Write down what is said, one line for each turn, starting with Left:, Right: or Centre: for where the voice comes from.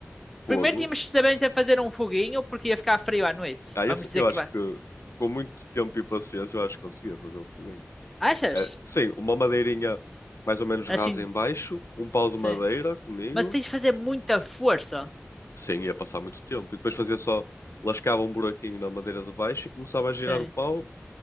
Left: Fogo.
Centre: Primeiro tínhamos que saber fazer um foguinho porque ia ficar frio à noite.
Left: Ah,
Centre: Vamos
Left: eu,
Centre: dizer
Left: eu
Centre: que
Left: acho
Centre: vai.
Left: que com muito tempo e paciência eu acho que conseguia fazer um foguinho.
Centre: Achas?
Left: É, sim, uma madeirinha mais ou menos
Centre: Assim,
Left: rasa em baixo, um pau
Centre: sim.
Left: de madeira comigo.
Centre: Mas tens de fazer muita força.
Left: Sim, ia passar muito tempo. E depois fazia só, lascava um buraquinho na madeira de baixo e começava a girar
Centre: Sim.
Left: o pau.